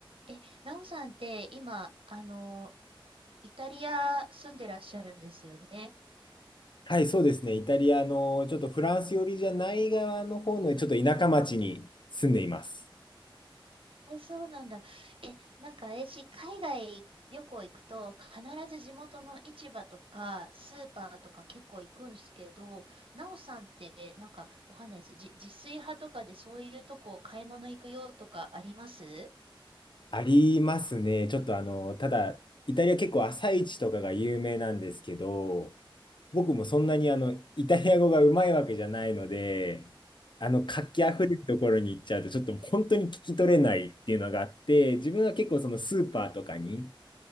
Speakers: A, on the right; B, on the left.
A: え、なおさんって今、あの、イタリア住んでらっしゃるんですよね。
B: はい、そうですね。イタリアの、ちょっとフランス寄りじゃない側の方の、ちょっと田舎町に住んでいます。
A: え、そうなんだ。え、なんか私、海外旅行行くと、必ず地元の市場とか、スーパーとか結構行くんですけど、なおさんって、なんか、わかんないです。じ、自炊派とかでそういうとこ買い物行くよとかあります
B: ありますね。ちょっとあの、ただ、イタリア結構朝市とかが有名なんですけど、僕もそんなにあの、イタリア語がうまいわけじゃないので、あの、活気あふれるところに行っちゃうと、
A: うん、
B: ちょっと本当に聞き取れないっていうのがあって、自分は結構そのスーパーとかに